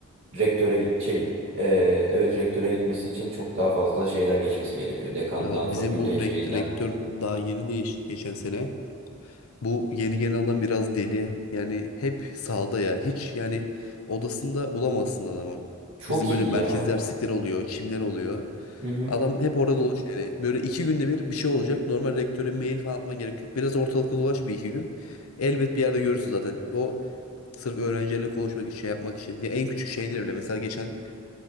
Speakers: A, on the right; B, on the left.
A: rektöre git- şey e, evet rektöre gitmesi için çok daha fazla şeyden geçmesi gerekiyor. Dekandan,
B: Ya
A: fakülte
B: bizim bu
A: şeyinden.
B: rektör, rektör daha yeni değişti geçen sene. Bu yeni gelen adam biraz deli. Yani hep sağda ya. Hiç yani odasında bulamazsın adamı.
A: Çok
B: Bizim böyle
A: iyi
B: merkez
A: ya.
B: derslikleri oluyor, çimler oluyor.
A: Hı hı
B: Adam hep orada dolaş yani. Böyle iki günde bir bir şey olacak. Normal rektöre mail falan atman gerek yok. Biraz ortalıkta dolaş bir iki gün. Elbet bir yerde görürsün zaten. O sırf öğrencilerle konuşmak için, şey yapmak için. Ya en küçük şeyler bile. Mesela geçen